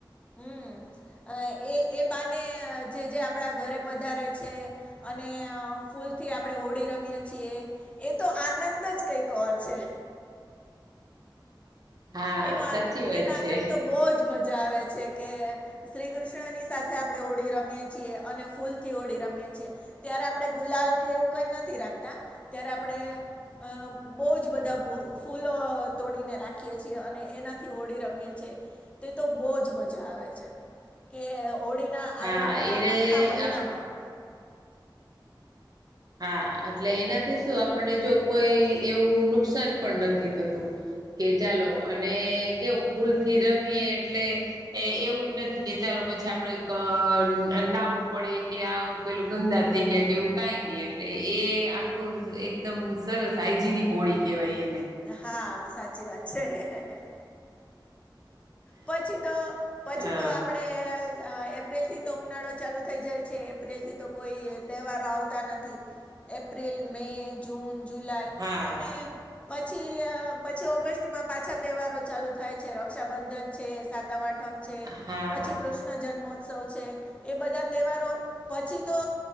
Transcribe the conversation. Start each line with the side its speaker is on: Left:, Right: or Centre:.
Left: હમ, એ એ બાને જે-જે આપણા ઘરે પધારે છે, અને ફૂલથી આપણે હોડી રમીએે છીએ. એ તો આનંદ જ કઈક ઓર છે.
Right: હા
Left: એનો આ,
Right: સાચી વાત
Left: એનો આનંદ
Right: છે
Left: તો બહુ જ મજા આવે છે. કે શ્રીકૃષ્ણની સાથે આપણે હોળી રમીએ છીએ અને ફૂલથી હોળી રમીએ છીએ. ત્યારે આપણે ગુલાલ કે એવું કઈ નથી રાખતા, ત્યારે આપણેે અ, બહુ જ બધા ફૂલો તોડીને રાખે રાખીએ છીએ અને એનાથી હોળી રમીએ છીએ તે તો બહુ જ મજા આવે છે. કે હોળીના
Right: હા
Left: આગળના
Right: એને
Left: આખા મહિનામાં
Right: આપ હા, એટલે એનાથી સુ આપણને જો કોઈ એવું નુકસાન પણ નથી થતું. કે ચાલો અને કેવું, ફૂલ થી રમીએ એટલે એ એવું નથી કે ચાલો પછી આપડે નાવવું પડે કે આ પેલું ગંદા થઈ ગાય કે એવું કઈ નઈ. એટલે એ આખું એકદમ સરસ, હાઇજેનિક હોળી કેહેવાય એને.
Left: હા, સાચી વાત છે. પછી તો, પછી
Right: અ
Left: તો આપણેે એપ્રિલથી તો ઉનાળો ચાલુ થઈ જાય છે, એપ્રિલથી તો કોઈ તહેવારો આવતા નથી. એપ્રિલ, મે, જૂન, જુલાઈ
Right: હા હા
Left: અને પછી અ, પછી ઓગસ્ટમાં પાછા તહેવારો ચાલુ થાય છે, રક્ષાબંધન છે, સા તમ આઠમ છે,
Right: હા
Left: પછી કૃષ્ણ જન્મોત્સવ છે, એ બધા તહેવારો પછી તો